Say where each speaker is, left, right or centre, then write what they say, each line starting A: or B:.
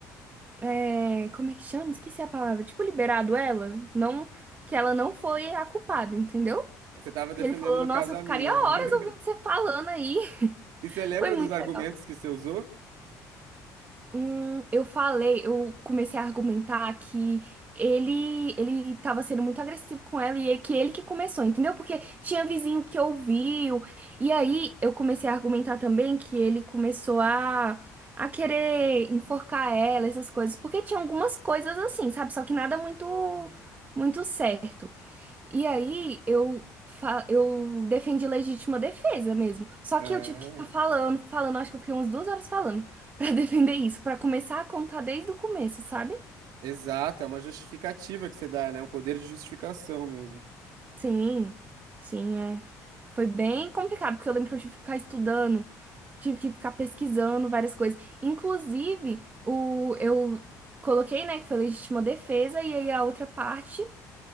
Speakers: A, on the right; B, on the right.
A: é, como é que chama? Esqueci a palavra. Tipo, liberado ela, não, que ela não foi a culpada, entendeu?
B: Você estava
A: Porque
B: defendendo
A: ele falou,
B: no
A: nossa,
B: caso
A: eu
B: a
A: ficaria
B: mina. <laughs>
A: horas ouvindo você falando aí. <laughs>
B: E você lembra
A: Foi muito
B: dos argumentos
A: legal.
B: que você usou?
A: Hum, eu falei, eu comecei a argumentar que ele ele tava sendo muito agressivo com ela e é que ele que começou, entendeu? Porque tinha vizinho que ouviu. E aí eu comecei a argumentar também que ele começou a a querer enforcar ela, essas coisas, porque tinha algumas coisas assim, sabe? Só que nada muito muito certo. E aí eu, fa- eu defendi legítima defesa mesmo. Só
B: Ah.
A: que eu tive que ficar falando, falando, acho que eu fiquei umas duas horas falando <laughs> pra defender isso, pra começar a contar desde o começo, sabe?
B: Exato, é uma justificativa que você dá, né? Um poder de justificação mesmo.
A: Sim, sim, é. Foi bem complicado, porque eu lembro que eu tive que ficar estudando, tive que ficar pesquisando várias coisas. Inclusive, o, eu coloquei, né, que foi legítima defesa, e aí a outra parte